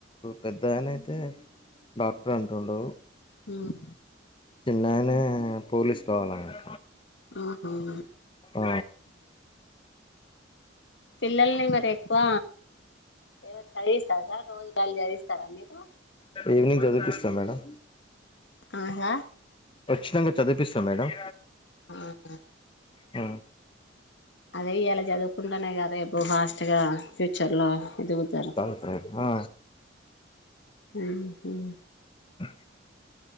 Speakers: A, on the left; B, on the left.
A: పెద్ద ఆయన అయితే డాక్టర్ అంటుండు
B: హ్మ్
A: చిన్న ఆయనే పోలీసు కావాలి అంట
B: మ్ హ్మ్
A: ఆ
B: పిల్లల్ని మరి ఎక్కువ ఏవన్న చదివిస్తారా సార్ రోజు డైలీ చదివిస్తారా మీరు
A: ఈవినింగ్ చదివిపిస్తా మేడం
B: ఆహా
A: ఖచ్చితంగా చదివిపిస్తా మేడం
B: ఆహ
A: ఆ
B: అదే ఇయాలా చదువుకుంటేనే గా రేపు ఫాస్ట్ గా ఫ్యూచర్ లో ఎదుగుతారు
A: <unintelligible> హా
B: మ్మ్ హ్మ్
A: ఆ